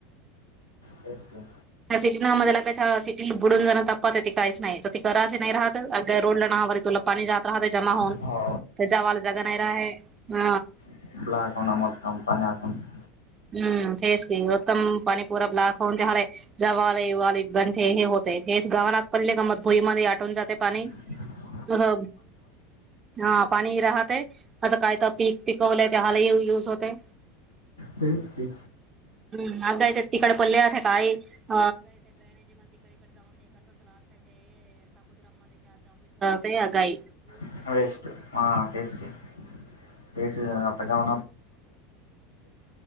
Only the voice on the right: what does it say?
त्या सिटी मला काही सिटी बुडून जाण तपत ते काहीच नाही तर ते करायच नाही राहत अ रोडला नावावर तुला पाणी जात राहते जमा होऊन
त्याच्या आवाला जगा नाही रा आहे ह
हम्म तेेस क रतम पाणी पूरा ब्लाक होऊनते हरे जवालवाल बण हे होतय हेच गावनाात पडले गमत भुईमध्ये आटवून जाते पाणी
त हा हा पाणी राहते असं काय तर पीक पिकवलंय ते हलाही यूज होते
हम् आगाय ते तिकड कोले काय तकाळी <unintelligible> ताई आगाई